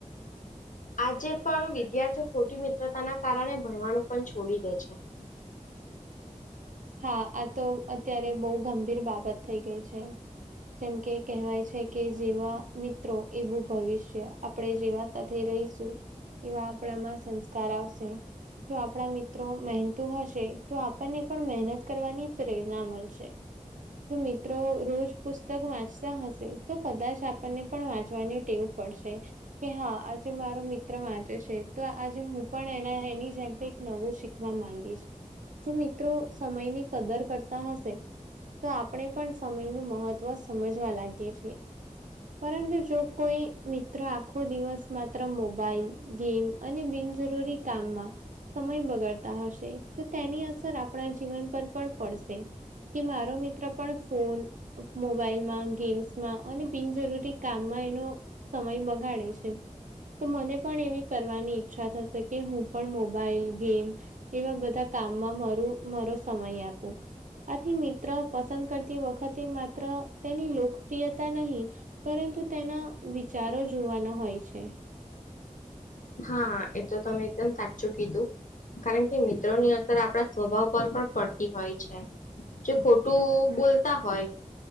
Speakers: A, on the left; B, on the right.
A: આજે પણ વિદ્યાર્થીઓ ખોટી મિત્રતાના કારણે ભણવાનું પણ છોડી દે છે.
B: હા આ તો અત્યારે બહુ ગંભીર બાબત થઈ ગઈ છે. જેમ કે કહેવાય છે, કે જેવા મિત્રો એવું ભવિષ્ય આપણે જેવા. સાથે રહીશું એવા આપણામાં સંસ્કાર આવશે. જો આપણા મિત્રો મહેનતું હશે તો આપણને પણ મહેનત કરવાની પ્રેરણા મળશે. જો મિત્રો રોજ પુસ્તક વાંચતા હશે, તો કદાચ આપણને પણ વાંચવાનું ટેવ પડશે. કે હા આજે મારો મિત્ર વાંચે છે, તો આજે હું પણ એ એની જેમે નવું શીખવા માંગીશ જો મિત્રો સમયની કદર કરતા હશે. તો આપણે પણ સમય નું મહત્વ સમજવા લાગીએ છીએ. પરંતુ જો કોઈ મિત્રો આખો દિવસ માત્ર મોબાઈલ, ગેમ, અને બિનજરૂરી કામમાં સમય બગાડતા હશે તો તેની અસર આ આપણા જીવન પર પણ પડશે કે મારો મિત્ર પણ ફોન, મોબાઈલમાં ગેમ્સમાં અને બિનજરૂરી કામમાં એનો સમય બગાડે છે. તો મને પણ એવી કરવાની ઈચ્છા થશે કે હું પણ મોબાઈલ, ગેમ એવા બધા કામમાં મારૂ મારો સમય આપો. આથી મિત્ર પસંદ કરતી વખતે માત્ર તેની લોકપ્રિયતા નહી પરંતુ તેના વિચારો જોવાના હોય છે.
A: હા એ તો તમે એકદમ સાચું કીધું કારણ કે મિત્રોની અસર આપણા સ્વભાવ પર પણ પડતી હોય છે. જે ખોટું બોલતા હોય.